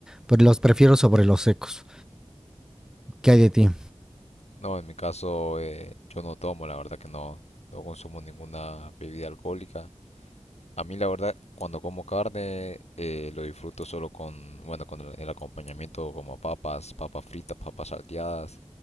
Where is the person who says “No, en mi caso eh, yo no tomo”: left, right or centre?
Left